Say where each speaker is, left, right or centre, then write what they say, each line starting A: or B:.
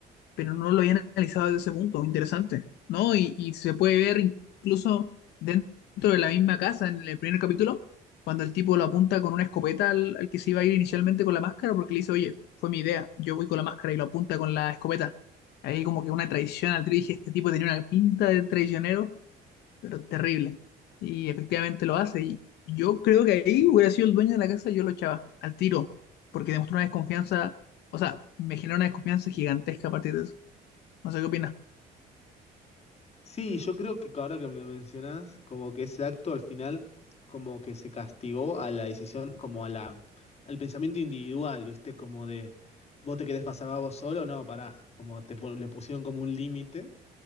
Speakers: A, on the left (about 80°); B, on the left (about 40°).
A: pero no lo habían analizado desde ese punto, interesante, ¿no? Y, y se puede ver incluso dentro de la misma casa en el primer capítulo, cuando el tipo lo apunta con una escopeta al, al que se iba a ir inicialmente con la máscara, porque le dice, oye, fue mi idea, yo voy con la máscara y lo apunta con la escopeta. Ahí como que una traición al trío, dije, este tipo tenía una pinta de traicionero, pero terrible. Y efectivamente lo hace. Y yo creo que ahí hubiera sido el dueño de la casa, yo lo echaba al tiro, porque demostró una desconfianza, o sea, me generó una desconfianza gigantesca a partir de eso. No sé qué opinas.
B: Sí, yo creo que ahora que me lo mencionás, como que ese acto al final, como que se castigó a la decisión, como a la, al pensamiento individual, ¿viste? Como de, vos te querés pasar a vos solo, no, pará, como te, pon- le pusieron como un límite